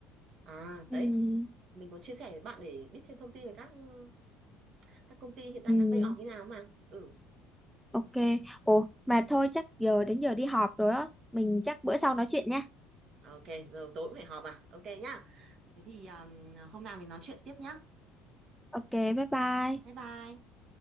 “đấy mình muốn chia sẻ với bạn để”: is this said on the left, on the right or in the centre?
Right